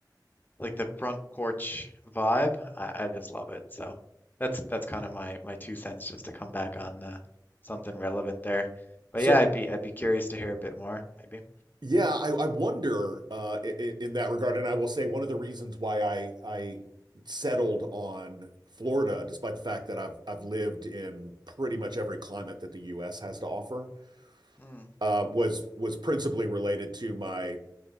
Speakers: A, on the left; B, on the right.
A: like the front porch vibe. I, I just love it. So that's that's kind of my my two cents just to come back on uh, something relevant there. But
B: So
A: yeah, I'd be I'd be curious to hear a bit more, maybe.
B: Yeah, I, I wonder uh, in, in that regard, and I will say one of the reasons why I I settled on Florida, despite the fact that I've I've lived in pretty much every climate that the U.S. has to offer,
A: Hmm.
B: uh, was was principally related to my